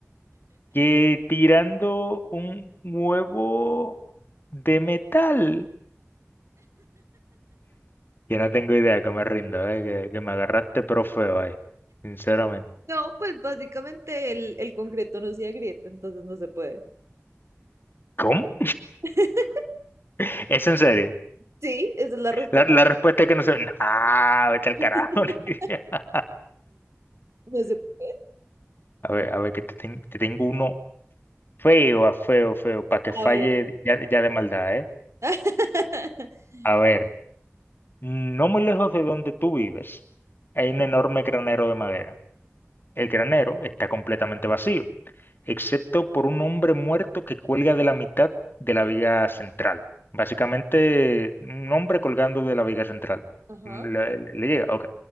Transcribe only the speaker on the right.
No, pues básicamente el, el concreto no se agrieta, entonces no se puede.
<laughs>
Sí, esa es la respuesta.
<laughs>
No se puede.
A ver.
<laughs>
Ajá.